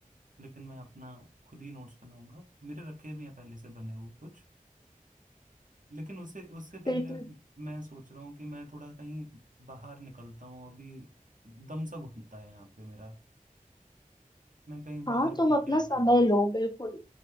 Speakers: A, on the right; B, on the left.
A: लेकिन मैं अपना खुद ही नोट्स बनाऊंगा मेरे रखे भी हैं पहले से बने हुए कुछ लेकिन उससे उससे पहले
B: बिल्कुल
A: मैं सोच रहा हूँ कि मैं थोड़ा कहीं बाहर निकलता हूँ अभी दम सा घुटता है यहाँ पे मेरा मैं कहीं बाहर
B: हाँ
A: घूम
B: तुम अपना
A: के आता
B: समय
A: हूँ
B: लो बिल्कुल